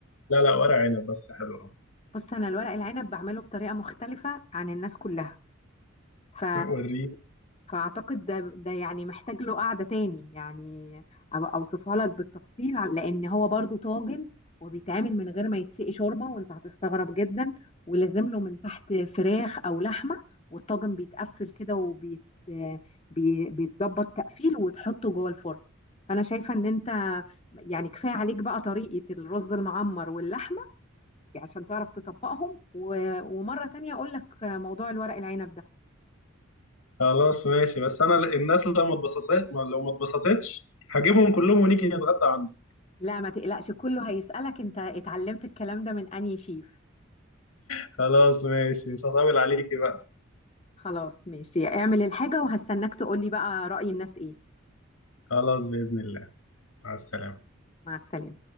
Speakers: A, on the left; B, on the left.
A: لا لا ورق عنب بس حلو اه
B: بص انا الورق العنب بعمله بطريقه مختلفه عن الناس كلها ف
A: وريني
B: فاعتقد ده ده يعني محتاج له قعده تاني يعني أبقى اوصفها لك بالتفصيل عن- لان هو برضو طاجن وبيتعمل من غير ما يتسقي شوربه وانت هتستغرب جدا ولازم له من تحت فراخ او لحمه والطاجن بيتقفل كده وبيت بي- بيتظبط تقفيل وتحطه جوه الفرن فانا شايفه ان انت يعني كفايه عليك بقى طريقه الرز المعمر واللحمه عشان تعرف تطبقهم و- ومرة تانية أقول لك موضوع الورق العنب ده
A: خلاص ماشي بس انا ل- الناس لو ما اتبسطت ما- لو ما اتبسطتش هجيبهم كلهم ونيجي نتغدى عندك
B: لا ما تقلقش كله هيسألك أنت اتعلمت الكلام ده من أنهي شيف
A: خلاص ماشي مش هطول عليكي بقى
B: خلاص ماشي اعمل الحاجة وهستناك تقولي بقى رأي الناس إيه
A: خلاص بإذن الله مع السلامة
B: مع السلامة